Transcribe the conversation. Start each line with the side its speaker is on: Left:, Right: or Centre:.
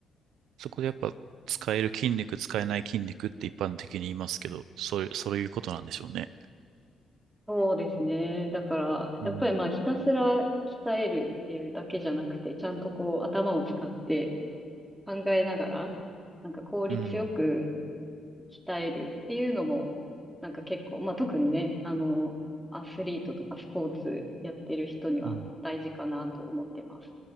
Right: そこでやっぱ使える筋肉、使えない筋肉って一般的に言いますけど、それ、そういうことなんでしょうね。
Centre: そうですね。だから、やっぱりまあひたすら鍛えるっていうだけじゃなくて、
Right: うん。
Centre: ちゃんとこう頭を使って考えながら、なんか効率よく
Right: うん。
Centre: 鍛えるっていうのも、なんか結構、まあ特にね、あの、アスリートとかスポーツやってる人には大事かなと思ってます。
Right: うん